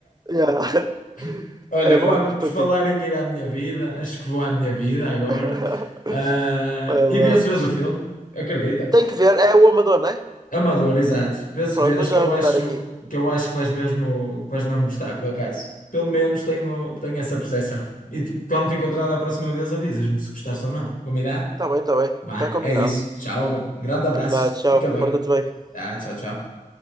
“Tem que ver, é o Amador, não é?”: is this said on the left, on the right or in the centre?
Right